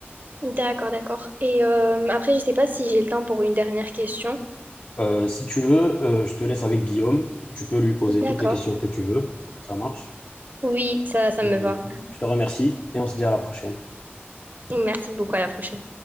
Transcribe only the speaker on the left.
Euh, si tu veux, euh, je te laisse avec Guillaume. Tu peux lui poser
toutes les questions que tu veux. Ça marche.
Et
je te remercie et on se dit à la prochaine.